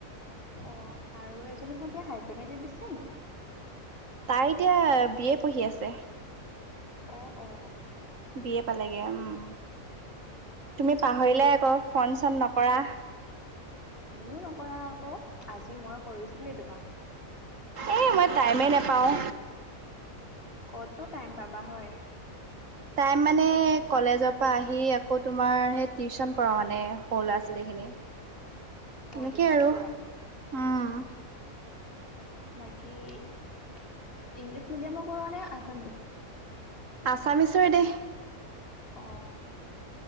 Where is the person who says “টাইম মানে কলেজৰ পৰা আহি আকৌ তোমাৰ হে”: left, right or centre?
Right